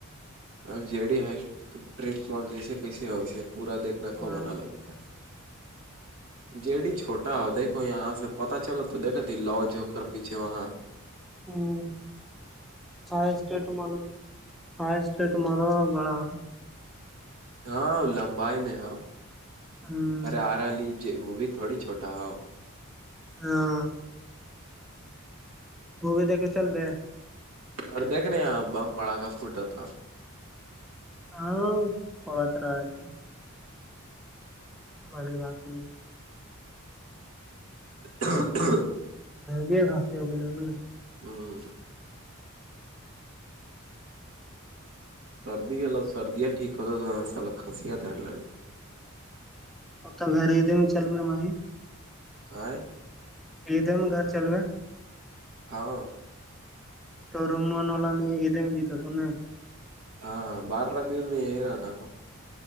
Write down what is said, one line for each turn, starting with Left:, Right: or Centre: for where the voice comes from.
Right: اب جی ڈی ہ ٹٹ مال جیسے کیسے ہویس پورا دیکھ نکھو
Centre: ہاں
Right: بنا ل بھا جی چھوٹا ہو دھو یہاں سے پتا چل تو دتی لوج ہو کر پیچھے وہاں
Centre: ہوں چس تمال ہاں اسٹٹ مارو بڑا
Right: ہاں لمبائی میں ہے
Centre: ہوں
Right: ارے آرا لی وہ بھی تھوڑی چھوٹا ہے
Centre: ہاں وہ بھی دیکے چل رہ
Right: اور دیکھنے یہاں بم پڑا کا فوٹو تھا
Centre: ہاں پڑت رہا ت اوری باقی
Right: تھااںاں
Centre: بھی خاصسی ہوگلے ن
Right: ہوں سردی ہے لو سردیا ٹھیک ہوو تو سالا کانسییا در ل لو
Centre: ا تو گھر ہی دھر میں چل پ رہا مائی
Right: آ
Centre: یہ دم گھر چلوے
Right: ہاں
Centre: تو رومن والا میں یہ د میں جتا تھاوں نا
Right: ہاں بارہبل میں یہی رہنا ہے